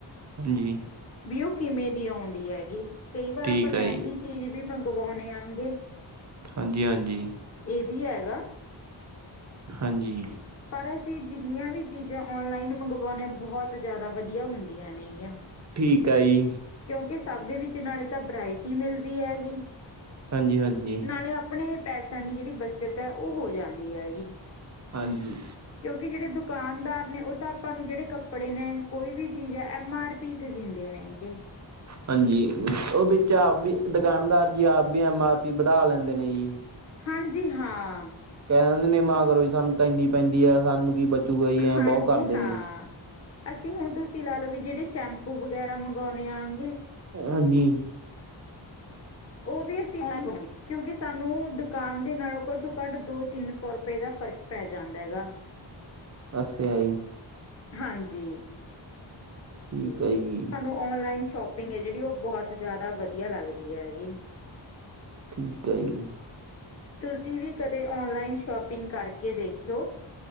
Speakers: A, on the right; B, on the left.
A: ਹਾਂਜੀ
B: ਵੀ ਉਹ ਕਿਵੇਂ ਦੀ ਆਉਂਦੀ ਹੈਗੀ ਕਈ ਵਾਰ
A: ਠੀਕ
B: ਆਪਾਂ ਮਹਿੰਗੀ
A: ਆ ਜੀ
B: ਚੀਜ਼ ਵੀ ਮੰਗਵਾਉਦੇ ਆਗੇ
A: ਹਾਂਜੀ ਹਾਂਜੀ
B: ਇਹ ਵੀ ਹੈਗਾ
A: ਹਾਂਜੀ
B: ਪਰ ਅਸੀਂ ਜਿੰਨੀਆਂ ਵੀ ਚੀਜ਼ਾਂ ਔਨਲਾਈਨ ਮੰਗਵਾਉਂਦੇ ਹਾਂ ਬਹੁਤ ਜ਼ਿਆਦਾ ਵਧੀਆ ਹੁੰਦੀਆਂ ਨੇਗੀਆਂ
A: ਠੀਕ ਆ ਜੀ
B: ਕਿਉਂਕਿ ਸਭ ਦੇ ਵਿੱਚ ਨਾਲੇ ਤਾਂ ਵਰਾਇਟੀ ਮਿਲਦੀ ਹੈਗੀ
A: ਹਾਂਜੀ ਹਾਂਜੀ
B: ਨਾਲੇ ਆਪਣੇ ਪੈਸਿਆਂ ਦੀ ਜਿਹੜੀ ਬੱਚਤ ਹੈ ਉਹ ਹੋ ਜਾਂਦੀ ਹੈਗੀ
A: ਹਾਂਜੀ
B: ਕਿਉਂਕਿ ਜਿਹੜੇ ਦੁਕਾਨਦਾਰ ਨੇ ਉਹ ਤਾਂ ਆਪਾਂ ਨੂੰ ਜਿਹੜੇ ਕੱਪੜੇ ਨੇ ਕੋਈ ਵੀ ਚੀਜ਼ ਹੈ ਐਮ ਆਰ ਪੀ ਤੇ ਦਿੰਦੇ ਨੇ ਹੈਗੇ
A: ਹਾਂਜੀ ਉਹ ਵਿੱਚ ਆਪ ਵੀ ਦੁਕਾਨਦਾਰ ਜੀ ਆਪ ਵੀ ਐਮ ਆਰ ਪੀ ਵਧਾ ਲੈਂਦੇ ਨੇ ਜੀ
B: ਹਾਂਜੀ ਹਾਂ
A: ਕਹਿ ਦਿੰਦੇ ਨੇ ਨਿਮੋ ਕਰੋ ਜ ਸਾਨੂੰ ਤ ਇੰਨੀ ਪੈਂਦੀ ਹੈ ਸਾਨੂੰ ਕੀ ਬਚੂਗਾ ਹੀ ਐ
B: ਹਾਂਜੀ
A: ਬਹੁਤ ਕਰਦੇ
B: ਹਾਂ।
A: ਨੇ
B: ਅਸੀਂ ਹੁਣ ਤੁਸੀਂ ਲਾ ਲਓ ਵੀ ਜਿਹੜੇ ਸ਼ੈਂਪੂ ਵਗੈਰਾ ਮੰਗਵਾਉਂਣੇ ਆਂਗੇ
A: ਹਾਂਜੀ
B: ਉਹ ਵੀ ਅਸੀਂ ਕਿਉਂਕਿ ਸਾਨੂੰ ਦੁਕਾਨ ਦੇ ਨਾਲੋਂ ਘੱਟੋ ਘੱਟ ਦੋ ਤਿੰਨ ਸੌ ਰੁਪਏ ਦਾ ਫ਼ਰਕ ਪੈ ਜਾਂਦਾ ਹੈਗਾ
A: ਅੱਛਾ ਜੀ
B: ਹਾਂਜੀ
A: ਠੀਕ
B: ਤੁਹਾਨੂੰ
A: ਹੈ ਜੀ।
B: ਔਨਲਾਈਨ ਸ਼ੋਪਿੰਗ ਹੈ ਜਿਹੜੀ ਉਹ ਬਹੁਤ ਜਿਆਦਾ ਵਧੀਆ ਲੱਗਦੀ ਹੈਗੀ
A: ਠੀਕ ਹੈ ਜੀ
B: ਤੁਸੀਂ ਵੀ ਕਦੇ ਔਨਲਾਈਨ ਸ਼ੋਪਿੰਗ ਕਰਕੇ ਦੇਖਿਓ